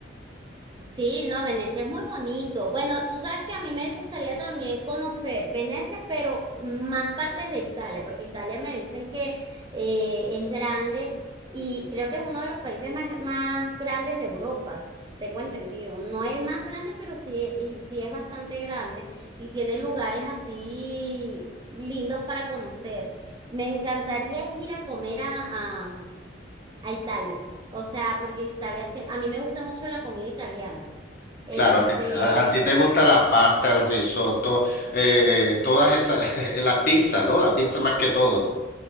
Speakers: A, on the right (about 25°); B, on the left (about 50°).
A: Sí, no, Venecia es muy bonito. Bueno, tú sabes que a mí me gustaría también conocer Venecia, pero más partes de Italia, porque Italia me dicen que eh, es grande y creo que es uno de los países más, más grandes de Europa, tengo entendido. No es el más grande, pero sí, y sí es bastante grande y tiene lugares así lindos para conocer. Me encantaría es ir a comer a, a Italia. O sea, porque Italia, sí- a mí me gusta mucho la comida italiana. Este,
B: Claro, a ti, a- a ti te gusta la pasta, el risotto, eh, todas esas, <laughs> la pizza, ¿no? La pizza más que todo.